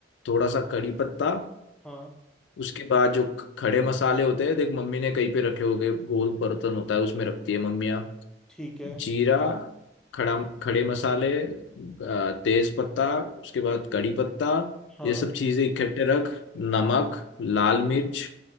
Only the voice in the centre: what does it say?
हाँ
ठीक है
हाँ